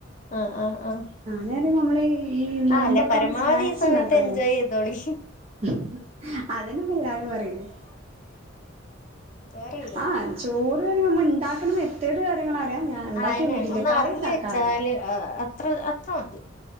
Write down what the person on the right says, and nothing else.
ഞാനത് നമ്മള് ഈ നോമ്പൊക്കെ
മ്മള് സ്നാക്സ്
ഉണ്ടാക്കൊല്ലോ
ഉം അതന്നെപ്പെ എല്ലാരും പറിണ്
ആ ചോറ് അറിമ നമ്മള് ഇണ്ടാക്ക്ന്ന മെത്തേഡ് കാര്യങ്ങൾ അറിയാം ഞാൻ ഇണ്ടാക്കി
നോക്കിട്ടില്ല
കറി
ഇണ്ടക്കാൻ
അറ്യ.